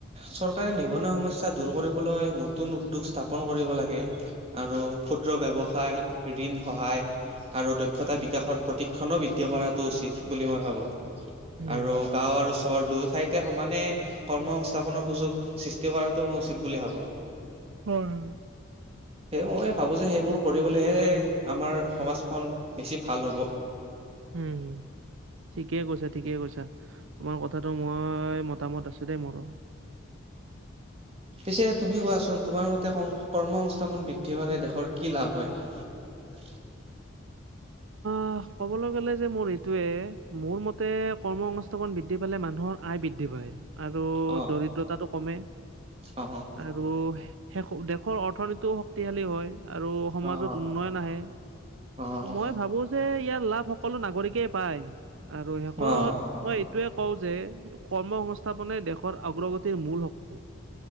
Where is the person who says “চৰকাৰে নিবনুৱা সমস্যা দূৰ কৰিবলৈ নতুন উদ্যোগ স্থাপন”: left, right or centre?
Right